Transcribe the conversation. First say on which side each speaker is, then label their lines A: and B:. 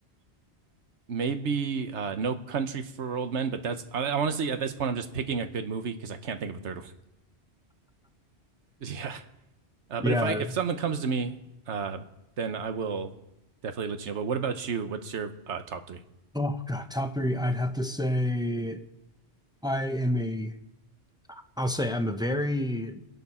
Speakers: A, on the right; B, in the centre.
A: maybe uh, No Country for Old Men. But that's I, honestly at this point I'm just picking a good movie because I can't think of a third one. <laughs> yeah. Uh,
B: Yeah.
A: but if I if something comes to me, uh, then I will definitely let you know. But what about you? What's your uh, top three?
B: Oh God, top three. I'd have to say I am a I'll say I'm a very,